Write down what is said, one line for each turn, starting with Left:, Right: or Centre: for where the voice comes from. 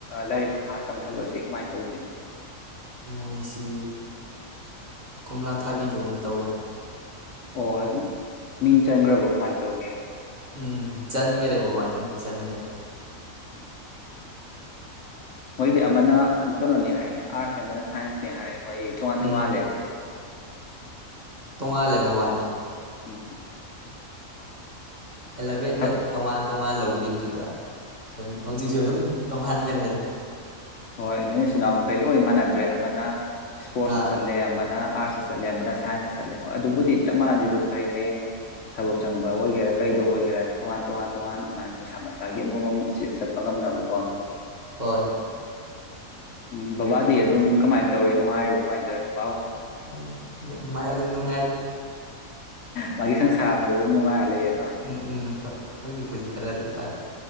Left: ꯂꯥꯏꯔꯤꯛ ꯃꯈꯥ ꯇꯝꯊꯕꯁꯤ ꯀꯃꯥꯏꯅ ꯇꯧꯗꯣꯏꯅꯣ
Right: ꯃꯣꯏꯁꯤ ꯀꯣꯝꯂꯥ ꯊꯥꯕꯤꯗ ꯑꯣꯏꯅ ꯇꯧꯈꯔꯦ
Left: ꯑꯣ ꯑꯗꯨ ꯃꯤꯡ ꯆꯟꯈ꯭ꯔꯕꯣ ꯀꯃꯥꯏꯅ ꯇꯧꯒꯦ
Right: ꯎꯝ ꯆꯥꯅꯤꯡꯒꯦꯔꯦꯃꯣ ꯕ ꯆꯅꯤꯔꯦ
Left: ꯎꯝ ꯃꯣꯏꯗꯤ ꯑꯃꯅ ꯀꯩꯅꯣꯅꯦ ꯍꯥꯏꯅꯦ ꯑꯥꯔꯠꯁꯅꯦ ꯑꯃꯅ ꯁꯥꯏꯟꯁꯅꯦ ꯍꯥꯏ ꯅꯣꯏꯗ ꯇꯣꯉꯜ
Right: ꯎꯝ
Left: ꯇꯣꯉꯜꯂꯦ
Right: ꯇꯣꯡꯉꯥꯜꯂꯦ ꯃꯕꯥꯅꯤ
Left: ꯎꯝ
Right: ꯑꯦꯂꯚꯦꯟꯗ
Left: ꯊꯞ
Right: ꯇꯣꯉꯥꯟ ꯇꯣꯉꯥꯟ ꯂꯧ ꯒꯤ ꯄꯤ ꯗꯥ ꯑꯗꯨꯝ
Left: ꯎꯝ
Right: ꯍꯧꯖꯤꯛꯁꯨ ꯑꯗꯨꯝ ꯇ ꯈꯥꯟꯒꯦ ꯔꯗꯣ
Left: ꯍꯣꯏ ꯅꯣꯏꯅꯆꯤꯜꯅꯥꯎꯈꯩ ꯂꯣꯏ ꯃꯥꯟꯅꯗ꯭ꯔꯦ ꯑꯃꯅ ꯏꯁꯄꯣꯔꯠꯁꯇ
Right: ꯑꯥ
Left: ꯆꯠꯂꯦ ꯑꯃꯅ ꯑꯥꯔꯠꯁꯇ ꯆꯠꯂꯦ ꯑꯃꯅ ꯁꯥꯏꯟꯁꯇ ꯆꯠꯂꯦ ꯍꯣꯏ ꯑꯗꯨꯕꯨꯗꯤ ꯆꯞ ꯃꯥꯟꯅꯁꯤ ꯑꯗꯨ ꯐꯩ ꯍꯌꯦꯡ ꯊꯕꯛ ꯆꯪꯕ ꯑꯣꯏꯒꯦꯔꯥ ꯀꯩꯗ ꯑꯣꯏꯒꯦꯔꯥ ꯇꯣꯉꯥꯟ ꯇꯣꯉꯥꯟ ꯇꯣꯉꯥꯟ ꯃꯁꯥ ꯃꯁꯥꯒꯤ ꯑꯃꯃꯝ ꯆꯠꯄ ꯉꯝꯅꯕꯀꯣ
Right: ꯍꯣꯏ
Left: ꯎꯝ ꯕꯕꯥꯗꯤ
Right: ꯑꯗꯨꯕꯨꯗꯤ
Left: ꯑꯗꯨꯝ ꯀꯃꯥꯏꯅ ꯇꯧꯋ ꯉꯥꯏꯔꯤꯕ ꯀꯃꯥꯏꯅ ꯇꯧꯔꯤꯕꯅ
Right: ꯑꯗꯨ ꯃꯥꯏ ꯑꯗꯨꯝ ꯅꯨꯡꯉꯥꯏꯔꯤ
Left: ꯃꯥꯒꯤ ꯁꯪꯁꯔ ꯑꯗꯨ ꯅꯨꯡꯉꯥꯏꯔ ꯂꯩꯦ
Right: ꯎꯝ ꯎꯝ ꯍ ꯍꯧꯖꯤꯛꯄꯨꯗꯤ ꯈꯔꯗꯤ ꯐꯥꯔꯦ